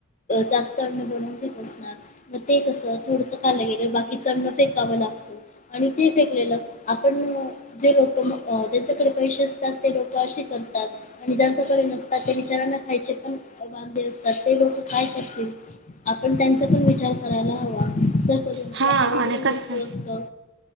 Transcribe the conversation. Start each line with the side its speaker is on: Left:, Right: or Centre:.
Left: जास्त अन्न बनवून घेत असणार मग ते कसं थोडसं खालं गेलं बाकी चांण फेकावं लागतं. आणि ते फेकलेलं आपण जे लोक ज्यांच्याकडे पैसे असतात ते लोक असे करतात. आणि जच्याकडे नसतात ते विचारांना खायचे पण बांधे असतात ते लोक. काय कर आपण त्यांचा पण विचार करायला हवा. आपल्याकडे
Right: हा
Left: एवढ
Right: आणि कसं
Left: वस्तू असत